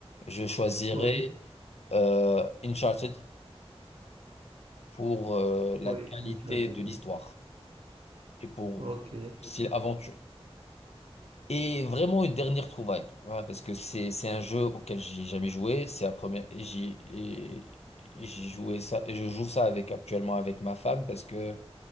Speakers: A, on the left; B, on the right.
A: je choisirais
B: Oui,
A: euh, Uncharted pour euh, la
B: oui,
A: qualité
B: Uncharted,
A: de l'histoire
B: oui.
A: et pour
B: Ok,
A: aussi l'aventure. Et vraiment une dernière trouvaille, voilà, parce que c'est c'est un jeu auquel j'ai jamais joué, c'est la première et j'y et- et j'y jouais ça et je joue ça avec actuellement avec ma femme parce que